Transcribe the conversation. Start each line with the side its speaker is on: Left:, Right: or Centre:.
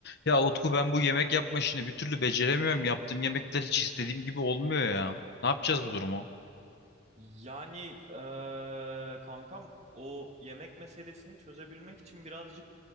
Left: Ya Utku ben bu yemek yapma işini bir türlü beceremiyorum. Yaptığım yemekler hiç istediğim gibi olmuyor ya. Ne yapacağız bu durumu?
Right: Yani eee kankam o yemek meselesini çözebilmek için birazcık